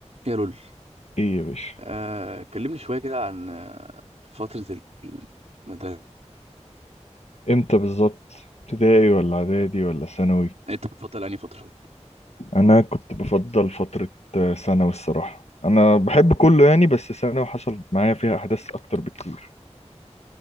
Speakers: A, on the right; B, on the left.
A: يا لول
B: ايه يا باشا
A: آه، كلمني شوية كده عن آه، فترة المدرسة
B: امتى بالظبط ابتدائي ولا اعدادي ولا ثانوي
A: انت بتفضل انهي فترة
B: انا كنت بفضل فترة آه، ثانوي الصراحة انا بحب كله يعني بس ثانوي حصل معايا فيها احداث اكتر بكتير